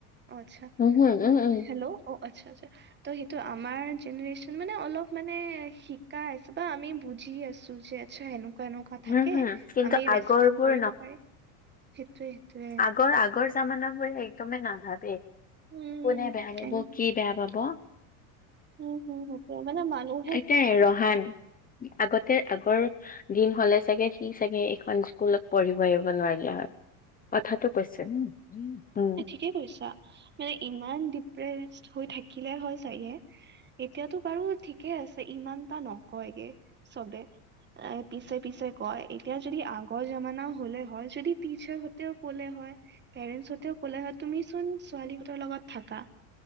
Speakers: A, on the right; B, on the left.
A: আচ্ছা
B: উমহু উম উম
A: হেল্' অ আচ্ছা আচা ত সেইটো আমাৰ জেনেৰেশচন মানে অলপ মানে শিকাই আছো বা আমি বুজি আছো যে আচ্ছা, এনেকুৱা-এনেকুৱা
B: উম,
A: থাকে,
B: হুম, কিন্তু
A: আমি
B: আগৰবোৰ
A: ৰেচপেক্ কৰিব পাৰো। সেইটোয়ে, সেইটোয়ে।
B: আগৰ-আগৰ জামানা বোৰে একদমে নাভাবে
A: উম
B: কোনে বেয়া পাব
A: এন-
B: কি বেয়া পাব।
A: উম, হুম, মানে মানুহ-
B: এটাই ৰহান আগতে আগৰ- দিন হ'লে চাগে সি চাগে এইখন স্কুলত পঢ়িব আহিব নোৱাৰিলা হয়। কথাটো কৈছো। উম।
A: কি কৈছা মানে ইমান ডিপ্ৰেচ হৈ থাকিলে হয় চাগে। এতিয়াতো বাৰু ঠিকে আছে ইমানটা নকয়গে চবেই। এ' পিছে-পিছে কয়, এতিয়া যদি আগৰ জামানা হ'লে হয় যদি পিছে- ক'লে হয় পেৰেন্টছসতেও ক'লে হয় তুমি চোন ছোৱালীহঁতৰ লগত থাকা।